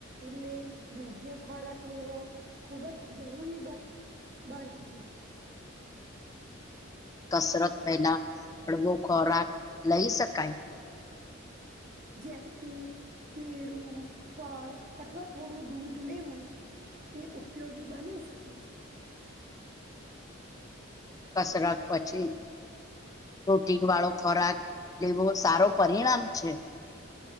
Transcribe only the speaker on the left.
કસરત પેલા હડવો ખોરાક લઈ શકાય.
કસરત પછી પ્રોટીન વાળો ખોરાક લેવો સારો પરિણામ છે.